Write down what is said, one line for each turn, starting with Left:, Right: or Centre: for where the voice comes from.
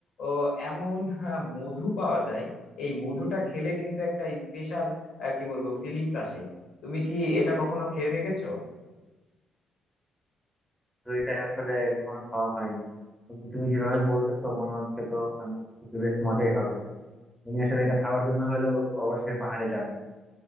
Left: ও, এমন আহ, মধু পাওয়া যায় এই মধুটা খেলে কিন্তু একটা স্পেশাল কি বলবো ফিলিংস আসে তুমি কি এটা কখনো খেয়ে দেখেছো
Centre: তো এটা আসলে কখনো খাওয়া হয়নি তুমি তুমি যেভাবে বলতেছো মনে হচ্ছে তো মানে বেশ মজাই হবে তুমি আসলে এটা খাওয়ার জন্য হলেও অবশ্যই পাহাড়ে যাবে